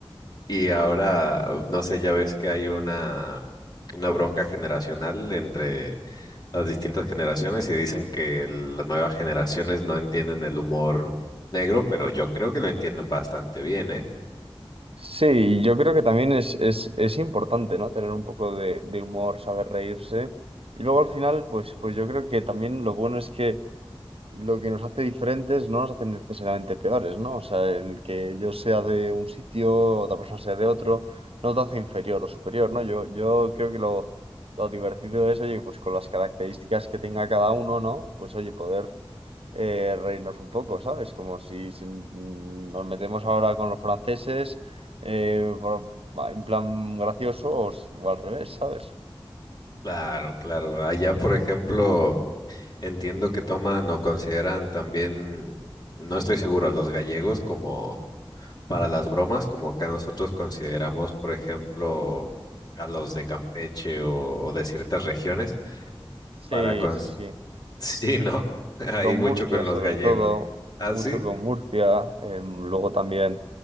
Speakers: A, on the left; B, on the right.
A: y ahora, no sé, ya ves que hay una, una bronca generacional entre las distintas generaciones y dicen que las nuevas generaciones no entienden el humor negro, pero yo creo que lo entienden bastante bien, ¿eh?
B: Sí, yo creo que también es, es, es importante, ¿no? Tener un poco de, de humor, saber reírse. Y luego al final, pues, pues yo creo que también lo bueno es que lo que nos hace diferentes no nos hace necesariamente peores, ¿no? O sea, el que yo sea de un sitio, otra persona sea de otro, no te hace inferior o superior, ¿no? Yo, yo creo que lo, lo divertido es, oye, pues con las características que tenga cada uno, ¿no? Pues oye, poder eh, reírnos un poco, ¿sabes? Como si, si, mm, nos metemos ahora con los franceses, eh, por- en plan gracioso o, s- o al revés, ¿sabes?
A: Claro, claro. Allá, por ejemplo, Entiendo que toman o consideran también, no estoy seguro, a los gallegos como para las bromas, como acá nosotros consideramos, por ejemplo, a los de Campeche o, o de ciertas regiones,
B: Sí,
A: para... cons-
B: sí, sí.
A: <laughs> Sí, ¿no? <laughs> Hay
B: con
A: mucho
B: Murcia
A: con
B: sobre
A: los gallegos.
B: todo,
A: ¿Ah,
B: mucho
A: sí?
B: con Murcia, em, luego también